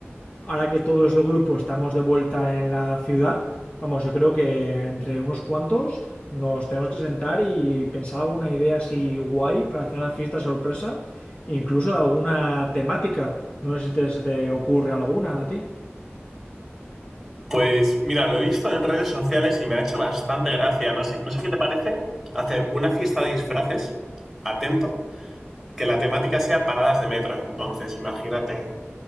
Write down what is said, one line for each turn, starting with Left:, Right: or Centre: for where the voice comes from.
Left: ahora que todo es los grupo estamos de vuelta en la ciudad, vamos, yo creo que entre unos cuantos nos tenemos que sentar y pensar alguna idea así guay para hacer una fiesta sorpresa, incluso de alguna temática. No sé si te, se te ocurre alguna a ti.
Centre: Pues mira, lo he visto en redes sociales y me ha hecho bastante gracia. No sé, no sé qué te parece hacer una fiesta de disfraces, atento, que la temática sea paradas de metro. Entonces, imagínate,